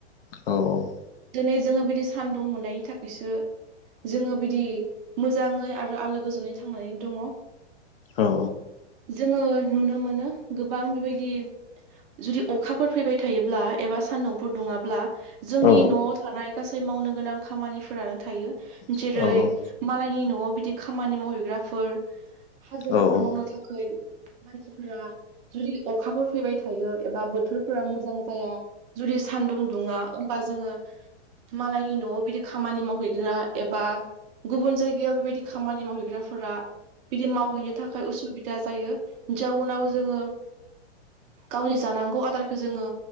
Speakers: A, on the left; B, on the right.
A: औ
B: दिनै जोङो बिदि सान्दुं मोननायनि थाखायसो जोङो बिदि मोजाङै आरो आलो गोजोनै थांनानै दङ।
A: औ
B: जोङो नुनो मोनो गोबां बेबायदि जुदि अखाफोर फैबाय थायोब्ला एबा सान्दुंफोर दुङाब्ला जोंनि
A: औ
B: न'आव थानाय गासै मावनो गोनां खामानिफोरानो थायो।
A: औ
B: जेरै मालायनि न'आव बिदि खामानि मावहैग्राफोर हाजिराफोर
A: जानो
B: मावनो थाखाय मानसिफोरा जुदि अखाफोर फैबाय थायो एबा बोथोरफोरा मोजां जाया। जुदि सानदुं दुङा होमबा जोङो मालायनि न'आव बिदि खामानि मावहैग्रा एबा गुबुन जायगायाव बेबायदि खामानि मावहैग्राफोरा बिदि माव हैैनो थाखाय उसुबिदा जायो। जाउनाव जोङो गावनि जानांगौ आदारखौ जोङो